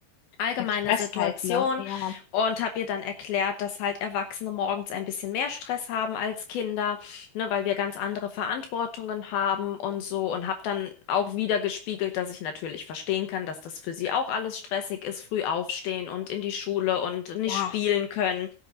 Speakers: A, on the left; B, on the left.
A: allgemeine
B: Der Stress
A: Situation
B: halt, ne? Ja.
A: und habe ihr dann erklärt, dass halt Erwachsene morgens ein bisschen mehr Stress haben als Kinder, ne, weil wir ganz andere Verantwortungen haben und so und habe dann auch wieder gespiegelt, dass ich natürlich verstehen kann, dass das für sie auch alles stressig ist, früh aufstehen und in die Schule und nicht
B: Ja.
A: spielen können